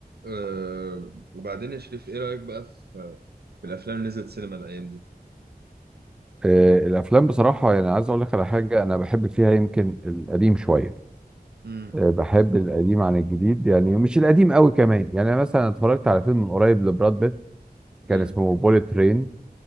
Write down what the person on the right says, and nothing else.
أه وبعدين يا شريف ايه رأيك بقى في, في الافلام اللي نزلت سينما الايام دي
امم
امم